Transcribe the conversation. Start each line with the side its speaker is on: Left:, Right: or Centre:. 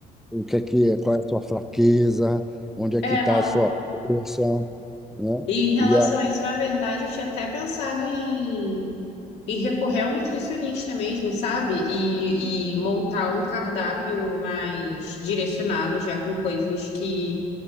Centre: o que é que é, qual é a sua fraqueza, onde é
Left: É,
Centre: que está
Left: não.
Centre: a sua força, né?
Left: E em relação
Centre: E
Left: a isso, na verdade, eu tinha até pensado em E recorrer ao nutricionista mesmo, sabe? E, e montar um cardápio mais direcionado já com coisas que